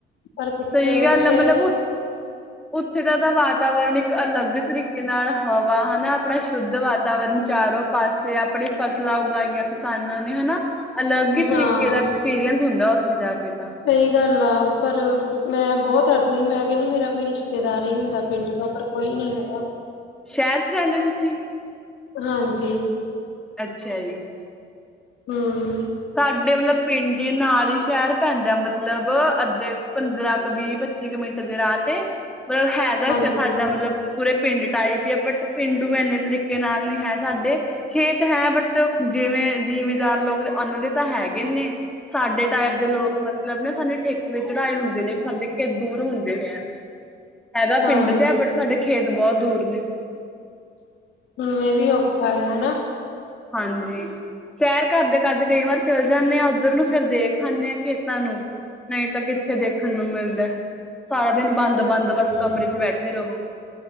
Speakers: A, on the left; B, in the centre.
A: ਪਰ ਕਿੱਥੇ,
B: ਸਹੀ ਗੱਲ
A: ਇੱਥੇ
B: ਹੈ ਮਤਲਬ ਉ ਉੱਥੇ ਦਾ ਤਾਂ ਵਾਤਾਵਰਨ ਇੱਕ ਅਲੱਗ ਤਰੀਕੇ ਨਾਲ ਹਵਾ, ਹਨਾ। ਆਪਣਾ ਸ਼ੁੱਧ ਵਾਤਾਵਰਨ ਚਾਰੋਂ ਪਾਸੇ ਆਪਣੇ ਫ਼ਸਲਾਂ ਉਗਾਈਆਂ ਕਿਸਾਨਾਂ ਨੇ ਹਨਾ। ਅਲੱਗ ਈ
A: ਹਾਂ
B: ਤਰੀਕੇ ਦਾ ਐਕਸਪੀਰੀਐਂਸ ਹੁੰਦਾ, ਉੱਥੇ ਜਾ ਕੇ ਤਾਂ।
A: ਸਹੀ ਗੱਲ ਆ। ਪਰ ਮੈਂ ਬਹੁਤ ਹੱਸਨੀ। ਮੈਂ ਕਹਿੰਨੀ ਮੇਰਾ ਕੋਈ ਰਿਸ਼ਤੇਦਾਰ ਈ ਹੁੰਦਾ ਪਿੰਡ ਤੋਂ। ਪਰ ਕੋਈ ਨੀ ਹੈਗਾ।
B: ਸ਼ਹਿਰ 'ਚ ਰਹਿੰਨੇ ਓ ਤੁਸੀਂ?
A: ਹਾਂਜੀ।
B: ਅੱਛਾ ਜੀ।
A: ਹਮ।
B: ਸਾਡੇ ਮਤਲਬ ਪਿੰਡ ਈ, ਨਾਲ ਈ ਸ਼ਹਿਰ ਪੈਂਦਾ ਮਤਲਬ। ਅੱਧੇ ਪੰਦਰਾਂ ਕੁ ਵੀਹ ਪੱਚੀ ਕੁ ਮਿੰਟ ਦੇ ਰਾਹ ਤੇ। ਮਤਲਬ ਹੈਗਾ,
A: ਹਾਂਜੀ
B: ਸਾਡਾ ਮਲਬ ਪੂਰੇ ਪਿੰਡ ਟਾਈਪ ਈ ਐ। ਬਟ, ਪੇਂਡੂ ਇੰਨੇ ਤਰੀਕੇ ਨਾਲ ਨੀ ਹੈ ਸਾਡੇ ਖੇਤ ਹੈ। ਬਟ, ਜਿਵੇਂ ਜ਼ਿਮੀਂਦਾਰ ਲੋਕ, ਉਹਨਾਂ ਦੇ ਤਾਂ ਹੈਗੇ ਨੇ। ਸਾਡੇ ਤਾਂ ਐਧਰ ਲੋਕ ਮਤਲਬ ਨਾ, ਸਾਨੇ ਠੇਕੇ ਤੇ ਚੜ੍ਹਾਏ ਹੁੰਦੇ ਨੇ। ਸਾਡੇ ਖੇਤ ਦੂਰ ਹੁੰਦੇ ਐ।
A: <inaudible>
B: ਹੈਗਾ
A: ਹਾਂ
B: ਪਿੰਡ 'ਚ ਐ। ਬਟ, ਸਾਡੇ ਖੇਤ ਬਹੁਤ ਦੂਰ ਨੇ।
A: ਹੂੰ, ਇਹ ਵੀ ਔਖਾ ਆ ਹਨਾ।
B: ਹਾਂਜੀ। ਸੈਰ ਕਰਦੇ-ਕਰਦੇ ਕਈ ਵਾਰ ਚੱਲ ਜਾਂਨੇ ਆਂ ਉਧਰ ਨੂੰ। ਫਿਰ ਦੇਖ ਆਣੇ ਆ ਖੇਤਾਂ ਨੂੰ। ਨਹੀਂ ਤਾਂ ਕਿੱਥੇ ਦੇਖਣ ਨੂੰ ਮਿਲਦੈ। ਸਾਰਾ ਦਿਨ ਬੰਦ-ਬੰਦ
A: ਅੱਛਾ
B: ਬਸ,
A: ਜੀ
B: ਕਮਰੇ 'ਚ ਬੈਠੇ ਰਹੋ।